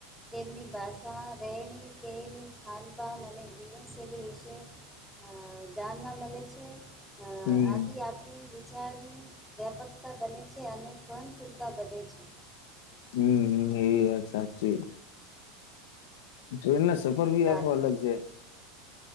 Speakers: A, in the centre; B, on the left (about 75°).
A: તેમની ભાષા રહેણી કહેણી ખાનપાન અને જીવનશૈલી વિશે. અ જાણવા મળે છે. અ
B: હમ
A: આથી આપણી વિચારની વ્યાપકતા બને છે અને સહનશીલતા વધે છે.
B: હમ્મ એ વાત સાચી. ટ્રેન ના
A: અને
B: સફર ભી
A: ધા
B: આખો
A: હમ.
B: અલગ છે.